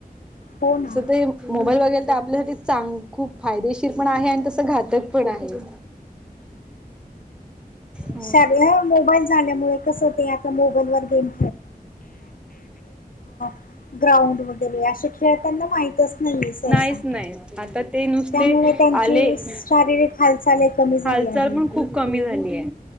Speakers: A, on the left (about 65°); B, in the centre.
A: हो ना
B: तसं ते. मोबाईल वगैल तर आपल्यासाठी चांग खूप फायदेशीर पण आहे आणि तसं घातक पण आहे. <inaudible> हो
A: श मोबाईल झाल्यामुळे कस होत. आता मोबाईल वर गेम <inaudible> ग्राउंड वगैरे असे खेळताना माहितच नाहीये स
B: नाहीच
A: सा.
B: नाही आता ते नुसते
A: त्यामुळे त्यांची
B: आले
A: शारीरिक हालचाल कमी झाली
B: हालचाल
A: आहे.
B: पण खूप कमी झालीये.